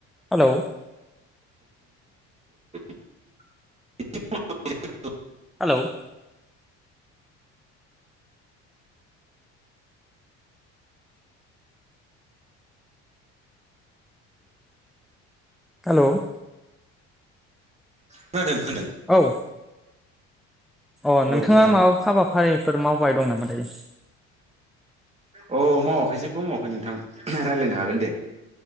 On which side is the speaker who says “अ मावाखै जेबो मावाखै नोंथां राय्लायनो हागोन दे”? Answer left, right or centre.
Right